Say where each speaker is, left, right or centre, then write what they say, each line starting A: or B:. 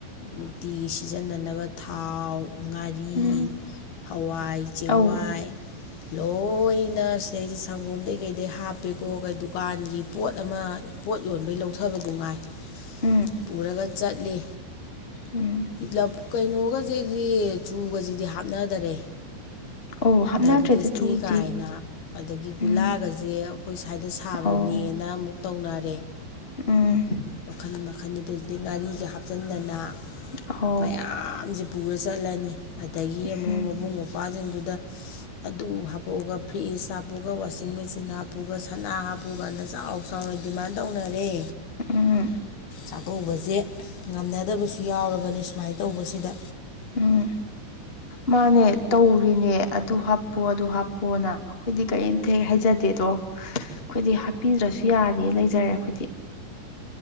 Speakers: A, on the left; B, on the left.
A: ꯅꯨꯡꯇꯤꯒꯤ ꯁꯤꯖꯤꯟꯅꯅꯕ ꯊꯥꯎ ꯉꯥꯏ ꯔꯤ
B: ꯎꯝ
A: ꯍꯋꯥꯏ ꯆꯦꯡꯋꯥꯏ
B: ꯑꯧ
A: ꯂꯣꯏꯅ ꯁꯤꯗꯩꯩ... ꯁꯪꯒꯣꯝꯗꯩꯩ ꯀꯩꯗꯩ ꯍꯥꯞꯄꯦꯀꯣ ꯀꯩ ꯗꯨꯀꯥꯟꯒꯤ ꯄꯣꯠ ꯑꯃ ꯄꯣꯠ ꯌꯣꯟꯕꯩ ꯂꯧꯊꯕꯗꯨ ꯉꯥꯏ
B: ꯎꯝ
A: ꯄꯨꯔꯒ ꯆꯠꯂꯦ
B: ꯎꯝ
A: ꯂꯕ ꯀꯩꯅꯣꯒ ꯖꯤꯗꯤ ꯆꯨꯒꯖꯤꯗꯤ ꯍꯥꯞꯅꯗꯔꯦ
B: ꯑꯧ ꯍꯥꯞꯅꯗ꯭ꯔꯦꯗ
A: ꯗꯥꯏꯕꯦꯇꯤꯁꯅꯤ
B: ꯆꯨꯗꯤ
A: ꯀꯥꯏꯅ ꯑꯗꯒꯤ
B: ꯎꯝ
A: ꯒꯨꯂꯥꯒꯁꯦ ꯑꯩꯈꯣꯏ ꯁ꯭ꯋꯥꯏꯗ ꯊꯥꯕꯅꯦꯅ
B: ꯑꯧ
A: ꯑꯃꯨꯛ ꯇꯧꯅꯔꯦ
B: ꯎꯝ
A: ꯃꯈꯜ ꯃꯈꯜꯅꯤ ꯑꯗꯨ ꯁꯤꯗꯩ ꯉꯥꯔꯤꯒ ꯍꯥꯞ ꯍꯥꯞꯆꯟꯗꯅ
B: ꯍꯥꯎ
A: ꯃꯌꯥꯝꯖꯦ ꯄꯨꯔ ꯆꯠꯂꯅꯤ ꯑꯗꯒꯤ ꯑꯃꯨꯛ
B: ꯎꯝ
A: ꯃꯕꯨꯡ ꯃꯧꯄꯥ ꯁꯤꯡꯗꯨꯗ ꯑꯗꯨ ꯍꯥꯞꯄꯨꯒ ꯐ꯭ꯔꯤꯖ ꯍꯥꯞꯄꯨꯒ ꯋꯥꯁꯤꯡ ꯃꯦꯆꯤꯟ ꯍꯥꯞꯄꯨꯒ ꯁꯅꯥ ꯍꯥꯞꯄꯨ ꯀꯅ ꯆꯥꯎ ꯆꯥꯎꯅ ꯗꯤꯃꯥꯟ ꯇꯧꯅꯔꯦ
B: ꯎꯝ
A: ꯆꯥꯛꯀꯧꯕꯁꯦ ꯉꯝꯅꯗꯕꯁꯨ ꯌꯥꯎꯔꯕꯅꯤ ꯁꯨꯃꯥꯏꯅ ꯇꯧꯕꯁꯤꯗ
B: ꯎꯝ ꯃꯥꯅꯦ ꯇꯧꯔꯤꯅꯦ ꯑꯗꯨ ꯍꯥꯞꯄꯨ ꯑꯗꯨ ꯍꯥꯞꯄꯨꯅ ꯑꯩꯈꯣꯏꯗꯤ ꯀꯔꯤꯝꯇ ꯍꯦꯛ ꯍꯥꯏꯖꯗꯦꯗꯣ ꯑꯩꯈꯣꯏꯗꯤ ꯍꯥꯞꯄꯤꯗ꯭ꯔꯁꯨ ꯌꯥꯔꯦ ꯂꯩꯖꯔꯦ ꯑꯩꯈꯣꯏꯗꯤ